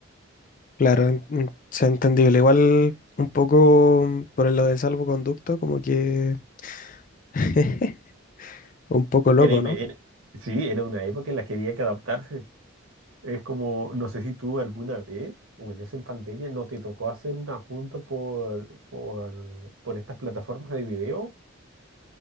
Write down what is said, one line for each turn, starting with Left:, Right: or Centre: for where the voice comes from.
Left: Claro, en- en- es entendible. Igual un poco por lo de salvoconducto, como que <laughs> un poco loco,
Right: Créeme,
Left: ¿no?
Right: era- sí, era una época en la que había que adaptarse. Es como, no sé si tú alguna vez, o en esa pandemia, no te tocó hacer una junta por, por, por estas plataformas de video.